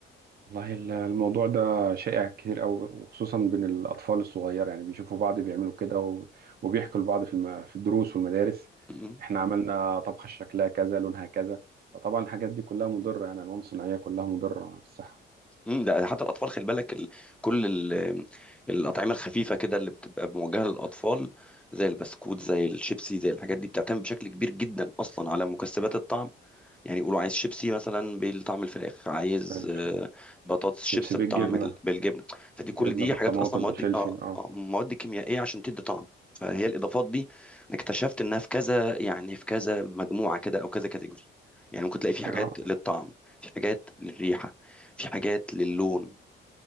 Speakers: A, on the right; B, in the centre.
A: والله ال- الموضوع ده شائع كتير قوي وخصوصا بين الاطفال الصغيره يعني بيشوفوا بعض بيعملوا كده و- وبيحكوا لبعض في الم- في الدروس والمدارس
B: م-
A: احنا عملنا طبخه شكلها كذا لونها كذا فطبعا الحاجات دي كلها مضره يعني الوان صناعيه كلها مضره على الصحه
B: م. ده حتى الاطفال خلي بالك ال... كل ال... الاطعمه الخفيفه كده اللي بتبقى موجهه للاطفال زي البسكوت زي الشيبسي زي الحاجات دي بتعتمد بشكل كبير جدا اصلا على مكسبات الطعم يعني يقولوا عايز شيبسي مثلا بطعم الفراخ عايز
A: فراخ
B: آه، بطاطس شيبس
A: شيبسي بالجبنه
B: بطعم ال- بالجبن فدي
A: جبنه
B: كل دي
A: بالطماطم
B: حاجات اصلا مواد
A: بالفلفل
B: اه
A: اه
B: آه، مواد كيميائيه عشان تدي طعم فهي الاضافات دي انا اكتشفت انها في كذا يعني في كذا مجموعه كده او كذا كاتيجوري يعني ممكن تلاقي في
A: ك-
B: حاجات
A: اه
B: للطعم في حاجات للريحه في حاجات للون